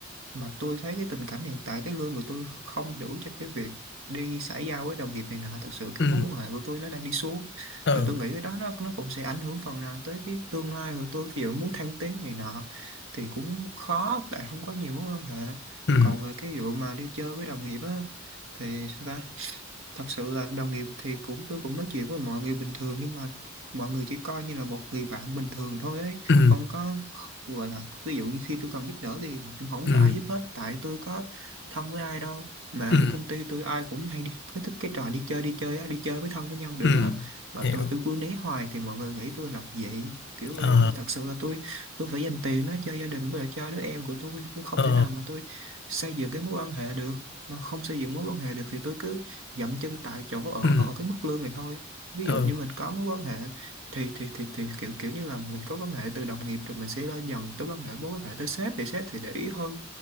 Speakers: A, on the right; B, on the left.
A: mà tôi thấy cái tình cảnh hiện tại cái lương của tôi không đủ cho cái việc đi xã giao với đồng nghiệp này nọ thật sự cái
B: ừ
A: mối quan hệ của tôi nó đang đi xuống
B: ừ
A: và tôi nghĩ cái đó nó nó cũng sẽ ảnh hưởng phần nào tới cái tương lai của tôi ví dụ muốn thăng tiến này nọ thì cũng khó tại không có nhiều mối quan hệ
B: ừ
A: còn về cái vụ mà đi chơi với đồng nghiệp á thì sao ta? thật sự là đồng nghiệp thì cũng tôi cũng nói chuyện với mọi người bình thường nhưng mà mọi người chỉ coi như là một người bạn bình thường thôi ấy
B: ừ
A: không có không- gọi là ví dụ như khi tôi cần giúp đỡ thì không, không
B: ừ
A: có ai giúp hết tại tôi có thân với ai đâu mà
B: ừ
A: cái công ty tôi ai cũng hay đi cái thích cái trò đi chơi đi chơi á đi chơi với thân với nhau được
B: ừ
A: á mà
B: hiểu
A: tôi tôi cứ né hoài thì mọi người nghĩ tôi lập dị kiểu
B: ờ
A: vậy nhưng mà thật sự là tôi tôi phải dành tiền nó cho gia đình với lại cho đứa em của tôi tôi không
B: ờ
A: thể nào mà tôi xây dựng cái mối quan hệ được mà không xây dựng mối quan hệ được thì tôi cứ dậm chân tại chỗ ở
B: ừ
A: ở cái mức lương này thôi ví dụ
B: ừ
A: như mình có mối quan hệ thì thì thì thì kiểu kiểu như là mình có quan hệ từ đồng nghiệp rồi mình sẽ lên dần tới quan hệ mối quan hệ tới sếp thì sếp thì để ý hơn